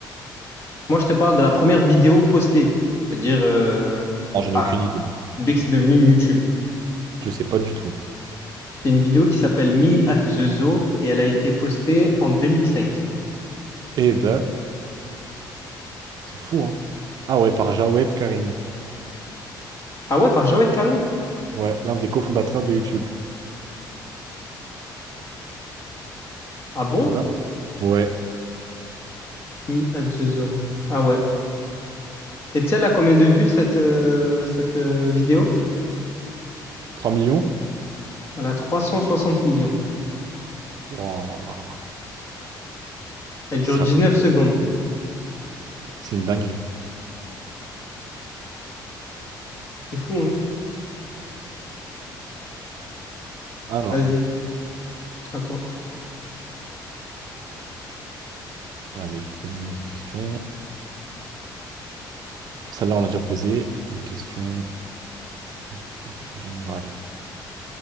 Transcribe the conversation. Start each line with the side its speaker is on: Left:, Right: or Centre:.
Left: Moi, je te parle de la première vidéo postée, c'est-à-dire euh,
Right: Non, j'en
Left: ah,
Right: ai aucune idée.
Left: dès que c'est devenu YouTube.
Right: Je sais pas du tout.
Left: C'est une vidéo qui s'appelle Me at the Zoo et elle a été postée en 2005.
Right: Eh ben, c'est fou, hein. Ah ouais, par Jawed Karim.
Left: Ah ouais, par Jawed Karim?
Right: Ouais, l'un des cofondateurs de YouTube.
Left: Ah bon?
Right: Dap- Ouais,
Left: Me at the Zoo. Ah ouais. Et tu sais, elle a combien de vues cette, euh, cette euh, vidéo?
Right: trois millions?
Left: Elle a 360 millions.
Right: Wouah,
Left: Elle
Right: c'est
Left: dure 19
Right: la première.
Left: secondes.
Right: C'est une dinguerie.
Left: C'est fou, hein?
Right: Alors,
Left: Vas-y, à toi.
Right: vas-y, je vais te poser une autre question. Celle-là, on l'a déjà posée. Une question de culture générale,